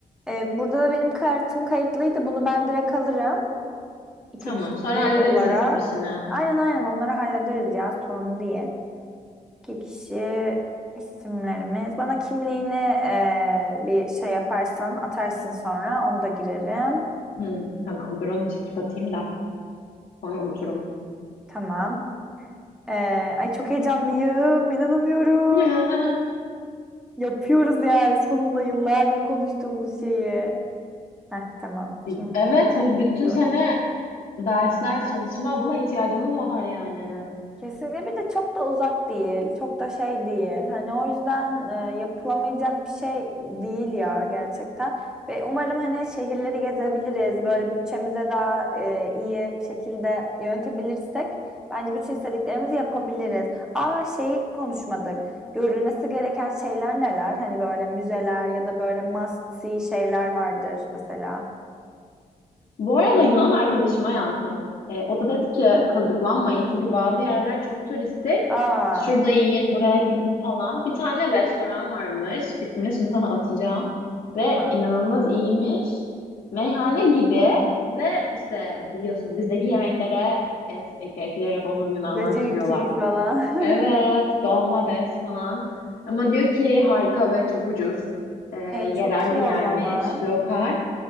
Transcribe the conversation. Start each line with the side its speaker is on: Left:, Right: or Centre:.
Centre: Ee, burada da benim kartım kayıtlıydı. Bunu ben direkt alırım. İki
Left: Tamam.
Centre: kişi
Left: Sonra hallederiz
Centre: olarak.
Left: hesap işini.
Centre: Aynen aynen onları hallederiz ya sorun değil. İki kişi isimlerimiz. Bana kimliğini eee, bir şey yaparsan atarsın sonra onu da girerim.
Left: Hı, tamam. Dur onu çekip atayım da. Sonra unuturum.
Centre: Tamam. Eee, ay çok heyecanlıyım. İnanamıyorum.
Left: <laughs>
Centre: Yapıyoruz yani sonunda yıllardır konuştuğumuz şeyi. Heh, tamam.
Left: Ya.
Centre: Kimliğini
Left: Evet.
Centre: de
Left: ve Bütün
Centre: veriyorum.
Left: sene Dersler, çalışma buna ihtiyacımız var yani.
Centre: Kesinlikle bir de çok da uzak değil, çok da şey değil. Hani o yüzden e, yapılamayacak bir şey değil ya gerçekten. Ve umarım hani şehirleri gezebiliriz. Böyle bütçemize daha e, iyi bir şekilde yönetebilirsek bence bütün istediklerimizi yapabiliriz. Aa şeyi konuşmadık. Görülmesi gereken şeyler neler? Hani böyle müzeler ya da böyle must see şeyler vardır mesela.
Left: Bu arada Yunan arkadaşıma yazdım. E, o da dedi ki kazıklanmayın çünkü bazı yerler çok turistik.
Centre: Aa
Left: Şurada yiyin, buraya gidin falan. Bir tane restoran varmış. İsmini şimdi sana atacağım.
Centre: tamam.
Left: Ve inanılmaz iyiymiş. Meyhane gibi ve işte biliyorsun bizdeki yemeklere es ek ekleyerek onu Yunanlar
Centre: Cacık
Left: sürüyorlar.
Centre: falan. <laughs>
Left: Evet, dolma des falan. Ama diyor ki harika ve çok ucuz. Ee,
Centre: E,
Left: yerel
Centre: çok iyi
Left: bir
Centre: o
Left: yermiş,
Centre: zaman.
Left: lokal.